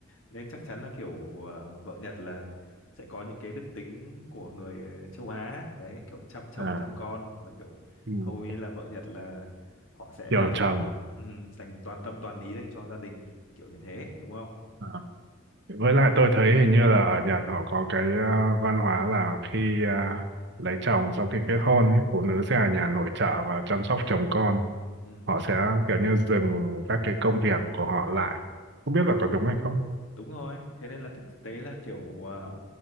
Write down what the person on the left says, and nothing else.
nên chắc chắn là kiểu ờ, vợ Nhật là sẽ có những cái đức tính của người ờ, châu Á đấy, kiểu chăm chồng
chăm con và kiểu
hầu như là vợ Nhật là họ sẽ
là sự
ừ, dành toàn tâm toàn ý dành cho gia đình kiểu như thế đúng không?
Ừ,
đúng rồi. Thế nên là thực tế là kiểu ờ,